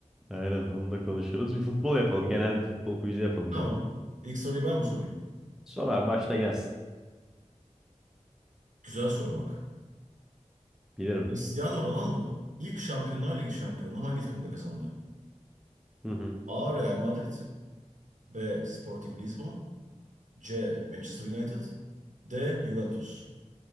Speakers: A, in the centre; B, on the right (about 80°).
A: Aynen onu da konuşuruz. Bir futbol yapalım. Genel bir futbol quiz'i yapalım
B: Tamam.
A: seninle.
B: İlk soruyu ben mi sorayım?
A: Sor abi başla gelsin.
B: Güzel soru bak.
A: Bilirim.
B: Cristiano Ronaldo ilk Şampiyonlar Ligi şampiyonluğu hangi takımda kazandı?
A: Hı hı.
B: A. Real Madrid B. Sporting Lisbon C. Manchester United D. Juventus.